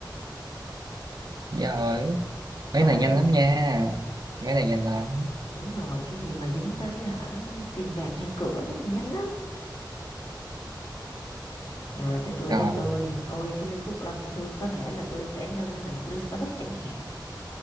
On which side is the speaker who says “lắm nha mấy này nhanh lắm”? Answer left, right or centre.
Right